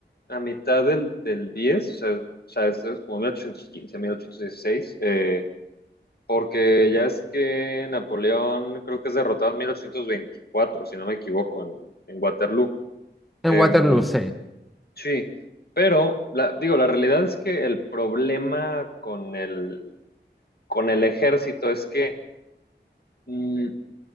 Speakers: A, on the left; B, in the centre.
A: a mitad del, del diez o sea, o sea, es es como 1815, 1816, eh, porque ya es que Napoleón creo que es derrotado en 1824, si no me equivoco, en, en Waterloo.
B: en
A: Em,
B: Waterloo, sí.
A: Sí, pero la, digo, la realidad es que el problema con el, con el ejército es que mm,